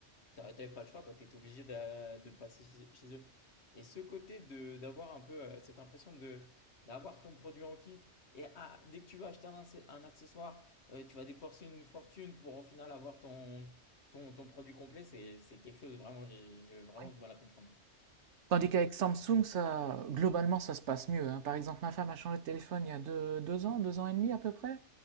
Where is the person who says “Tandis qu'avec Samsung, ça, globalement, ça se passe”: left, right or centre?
Right